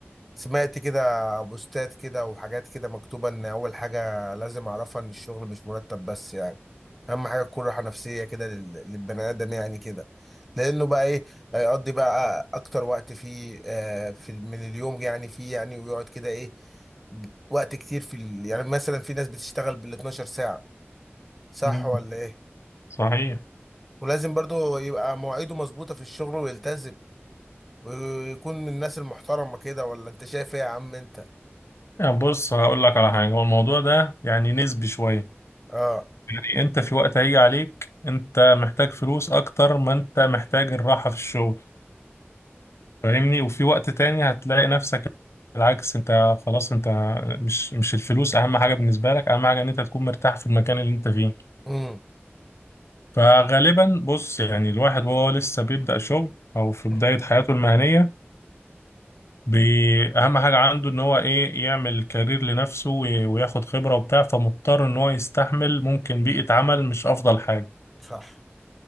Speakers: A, in the centre; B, on the left.
A: سمعت كده بوستات كده وحاجات كده مكتوبة ان اول حاجة لازم اعرفها ان الشغل مش مرتب بس يعني اهم حاجة تكون راحة نفسية كده لل- للبني ادم يعني كده لانه بقى ايه هيقضي بقى اكتر وقت فيه آه، في من اليوم يعني فيه يعني ويقعد كده ايه ب- وقت كتير في ال... يعني مثلا في ناس بتشتغل بال 12 ساعة صح
B: مم.
A: ولا ايه
B: صحيح
A: ولازم برضو يبقى مواعيده مظبوطة في الشغل ويلتزم ويكون من الناس المحترمة كده ولا انت شايف ايه يا عم انت
B: يعني بص هقول لك على حاجة هو الموضوع ده يعني نسبي شوية
A: اه
B: يعني انت في وقت هيجي عليك انت محتاج فلوس اكتر ما انت محتاج الراحة في الشغل فاهمني وفي وقت تاني هتلاقي نفسك بالعكس انت خلاص انت مش مش الفلوس اهم حاجة بالنسبة لك اهم حاجة ان انت تكون مرتاح في المكان اللي انت فيه
A: امم
B: فغالبا بص يعني الواحد وهو لسه بيبدأ شغل أو في بداية
A: امم،
B: حياته المهنية بي- أهم حاجة عنده إن هو إيه يعمل كارير لنفسه وي- وياخد خبرة وبتاع فمضطر إن هو يستحمل ممكن بيئة عمل مش أفضل حاجة
A: صح